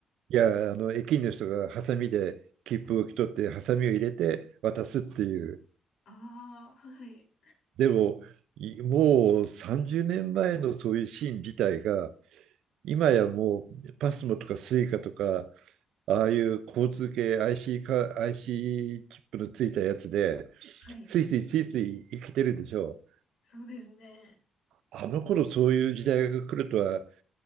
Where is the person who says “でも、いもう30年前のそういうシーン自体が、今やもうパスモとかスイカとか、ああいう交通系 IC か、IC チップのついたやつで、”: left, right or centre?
Right